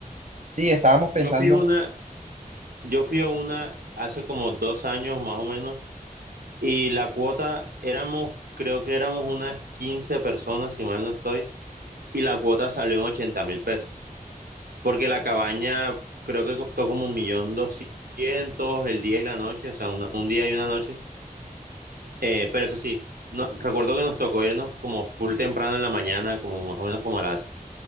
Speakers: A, on the right; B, on the right.
A: sí, estábamos pensando,
B: Yo fui a una, yo fui a una hace como dos años más o menos y la cuota éramos, creo que éramos unas 15 personas, si mal no estoy y la cuota salió en ochenta mil pesos, porque la cabaña creo que costó como un millón doscientos el día y la noche, o sea, una- un día y una noche, Eh, pero eso sí, no, recuerdo que nos tocó irnos como full temprano en la mañana, como más o menos como a las